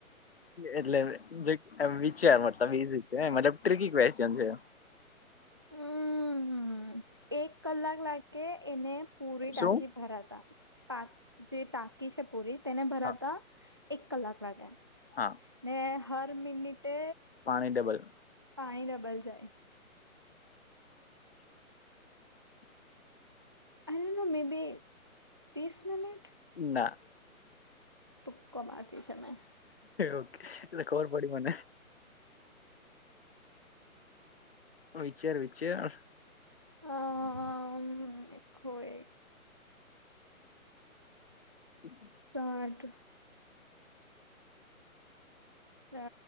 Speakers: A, on the left; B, on the right.
A: એટલે એમ વિચાર મતલબ એજ. કે મતલબ ટ્રિકી ક્વેશ્ચન છે.
B: હમ એક કલાક લાગે એને. પૂરી ટાંકી
A: શું
B: ભરાતા પા જે ટાંકી છે પૂરી. તેને ભરાતા
A: હા,
B: એક કલાક લાગે
A: હા
B: ને હર મિનિટે.
A: પાણી ડબલ.
B: પાણી ડબલ જાય.
A: . <unintelligible>
B: આ યુ ને મે બે બી ત્રીસ મિનિટ.
A: ના.
B: તુક્કો મારતી છે મેં.
A: ઓકે એ ખબર પડી મને. હ વિચાર વિચાર.
B: હ.
A: <unintelligible>
B: સાઠ. અ